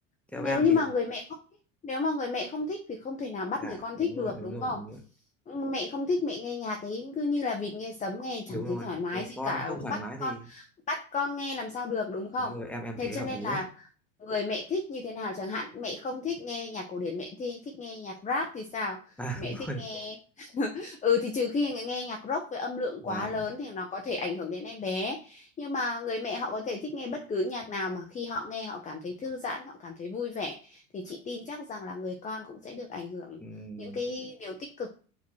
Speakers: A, in the centre; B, on the left.
A: theo
B: nếu
A: em
B: như
A: thì
B: mà người mẹ không thích nếu mà người mẹ không thích thì không thể nào bắt
A: dạ
B: người con
A: đúng
B: thích
A: rồi
B: được
A: đúng
B: đúng
A: rồi
B: không
A: đúng rồi
B: mẹ không thích mẹ nghe nhạc ấy cứ như là vịt nghe sấm nghe chẳng
A: đúng
B: thấy
A: rồi
B: thoải mái
A: thế
B: gì
A: con
B: cả
A: không
B: cứ
A: thoải
B: bắt
A: mái
B: con
A: thì
B: bắt con nghe làm sao được đúng không
A: đúng rồi em em
B: thế
A: thấy
B: cho
A: hợp
B: nên
A: lý
B: là
A: đấy
B: người mẹ thích như thế nào chẳng hạn mẹ không thích nghe nhạc cổ điển mẹ thi thích nghe nhạc rap thì sao
A: à
B: mẹ
A: đúng
B: thích
A: rồi
B: nghe <laughs> ừ thì trừ khi nghe nghe nhạc rock với âm lượng quá
A: và
B: lớn thì nó có thể ảnh hưởng đến em bé nhưng mà người mẹ họ có thể thích nghe bất cứ nhạc nào mà khi họ nghe họ cảm thấy thư giãn, họ cảm thấy vui vẻ thì chị tin chắc rằng là người con cũng sẽ được ảnh hưởng
A: Ừm,
B: những cái điều tích cực.